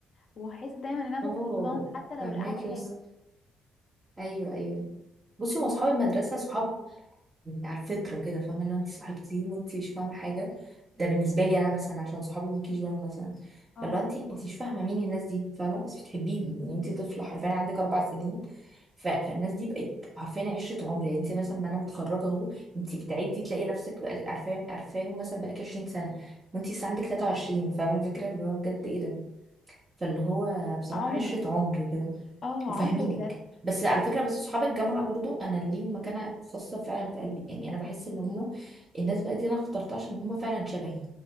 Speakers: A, on the left (about 50°); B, on the right (about 25°).
A: وهحس دايما ان انا مفتقداهم
B: اه
A: حتى لو
B: فهماك
A: القعده حلوه
B: يس ايوه ايوه بصي هو اصحاب المدرسة صحاب يعني على الفطره كده فاهمه لو انت صحيتي وانت مش فاهمه حاجه ده بالنسبه لي انا مثلا عشان صحابي من كي جي 1 مثلا
A: اه
B: فلو انت انت مش فاهمه مين الناس دي فاهمه بس بتحبيهم يعني انت طفله حرفيا عندك اربع سنين ف... فالناس دي بقت حرفيا عشره عمر يعني انت مثلا ما انا متخرجه اهو انت بتعدي تلاقي نفسك بقالك عارفاهم عارفاهم مثلا بقالك 20 سنه وانت لسه عندك 23 فاهمه الفكره اللي هو بجد ايه ده فاللي هو بصراحه
A: عمر
B: عشره عمر كده
A: اه
B: وفاهمينك
A: عمر بجد
B: بس على فكره بس اصحاب الجامعه برضو انا ليهم مكانه خاصه فعلا في قلبي يعني انا بحس ان هم الناس بقى دي انا اخترتها عشان هم فعلا شبهي